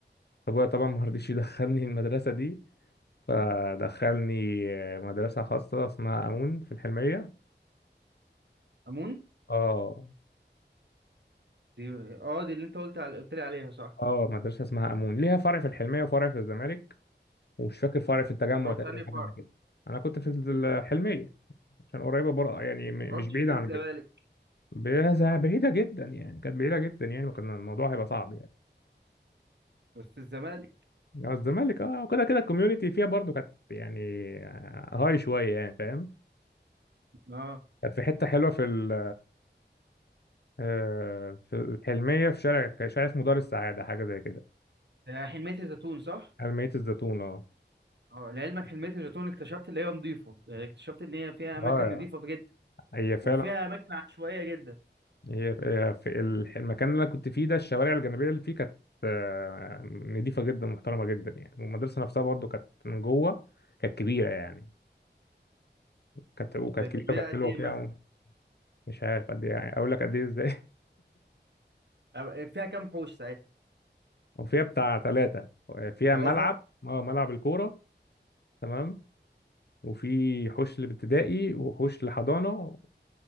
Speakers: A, on the left; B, on the right.
A: ابويا طبعا ما رضيش يدخلني المدرسة دي فدخلني آه، مدرسة خاصة اسمها امون في الحلمية
B: امون
A: اه
B: دي اه دي اللي انت قلت على... قلت لي عليها صح
A: اه مدرسة اسمها امون ليها فرع في الحلمية وفرع في الزمالك ومش فاكر فرع في التجمع
B: رحت
A: تقريبا
B: انهي فرع
A: حاجه زي كده انا كنت في الحلميه عشان قريبه بره يعني م-
B: رحتش
A: مش بعيده
B: للزمالك
A: عن البيت بيزا- بعيده جدا يعني كانت بعيده جدا يعني وكان الموضوع هيبقى صعب يعني
B: بس الزمالك
A: يعني الزمالك اه وكده كده الكوميونتي فيها برضو كانت يعني هاي شويه يعني فاهم
B: اه
A: كانت في حته حلوه في ال- آه، في الحلميه في شارع شارع اسمه دار السعاده حاجه زي كده
B: ده حلمية الزيتون صح
A: حلميه الزيتون اه
B: اه لعلمك حلمية الزيتون اكتشفت اللي هي نظيفة يعني اكتشفت ان هي فيها
A: اه
B: اماكن نظيفة جدا
A: هي فعلا
B: وفيها اماكن عشوائية جدا
A: هي هي في الح- المكان اللي انا كنت فيه ده الشوارع الجانبيه اللي فيه كانت آه، نضيفه جدا محترمه جدا يعني والمدرسه نفسها برضو كانت من جوه كانت كبيره يعني كانت وكانت
B: كانت
A: كبيره
B: كبيرة
A: وكانت
B: قد
A: حلوه
B: ايه
A: فيها
B: مثلا
A: مش عارف قد ايه يعني اقول لك قد ايه ازاي
B: <laughs> فيها كام حوش ساعتها
A: <laughs> وفيها بتاع ثلاثه فيها
B: ثلاثة
A: ملعب اه ملعب الكوره تمام وفي حوش لابتدائي وحوش لحضانه